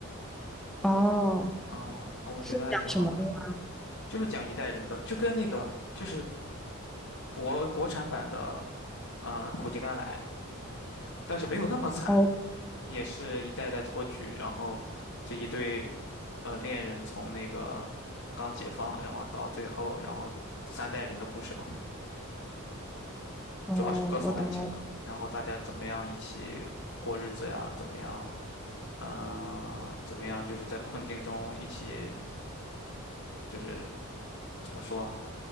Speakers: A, in the centre; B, on the left (about 65°).
A: 哦，
B: 啊，我觉得还挺好看的，
A: 是讲什么的呀？
B: 就是讲一代人的，就跟那个就是国国产版的，啊苦尽甘来，但是没有那么惨，
A: 哦
B: 也是一代代托举，然后这一对呃恋人从那个刚解放，然后到最后，然后三代人的故事嘛，
A: 哦，
B: 主要是歌颂爱情的，
A: 我懂了。
B: 然后大家怎么样一起过日子呀，怎么样。嗯、呃怎么样？就是在困境中一起，就是怎么说啊，